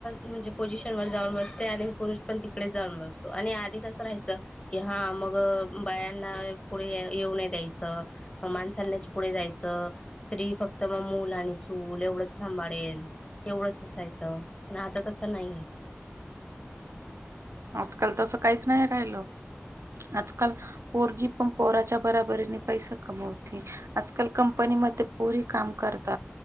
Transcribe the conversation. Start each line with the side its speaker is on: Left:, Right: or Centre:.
Left: म्हणजे पोजिशन वर जाऊन बसते आणि पुरुष पण त तडे जाऊन बसतो आणि आधी कसं राहायचं. कि हा मग बायांना पुढे येऊ न यायचं. मानसलण्याच पुढे जायचं. स्त्री फक्त मग मूल आणि चूल एवढंच सांभाळेल. एवढंच असायचं पण आता तसं नाहीय
Right: आजकाल तसं काहीच नाही राहिलं आजकाल पोरगी पण पोराच्या बराबरीने पैसा कमवते आजकाल कंपनीमध्ये पोरी काम करत